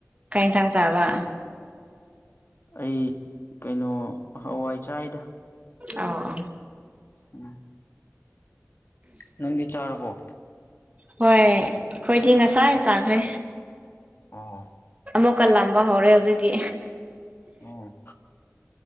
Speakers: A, on the right (about 30°); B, on the left (about 50°).
A: ꯀꯩ ꯢꯟꯁꯥꯡ ꯆꯥꯕ
B: ꯑꯩ ꯀꯩꯅꯣ ꯍꯋꯥꯏ ꯆꯥꯏꯗ
A: ꯑꯣ ꯑꯣ
B: ꯎꯝ ꯅꯪꯗꯤ ꯆꯥꯔꯕꯣ
A: ꯍꯣꯏ ꯑꯩꯈꯣꯏꯗꯤ ꯉꯁꯥꯏ ꯆꯥꯈ꯭ꯔꯦ
B: ꯑꯣ
A: ꯑꯃꯨꯛꯀ ꯂꯥꯝꯕ ꯍꯧꯔꯦ ꯍꯧꯖꯤꯛꯗꯤ
B: ꯑꯣ